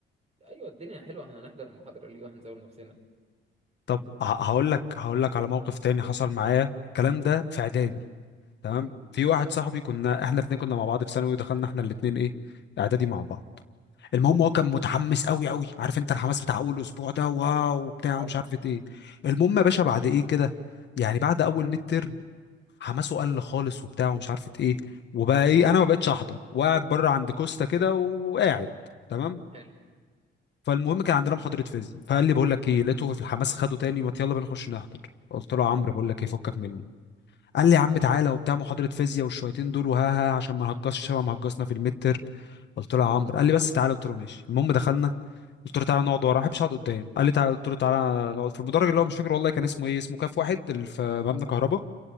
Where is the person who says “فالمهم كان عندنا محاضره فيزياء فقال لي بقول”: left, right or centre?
Left